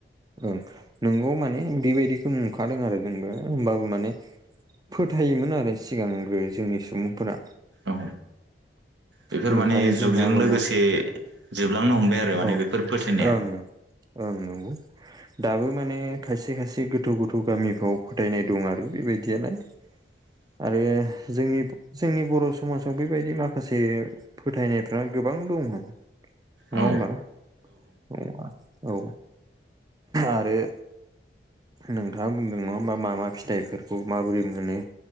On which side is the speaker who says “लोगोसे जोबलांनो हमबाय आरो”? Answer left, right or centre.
Right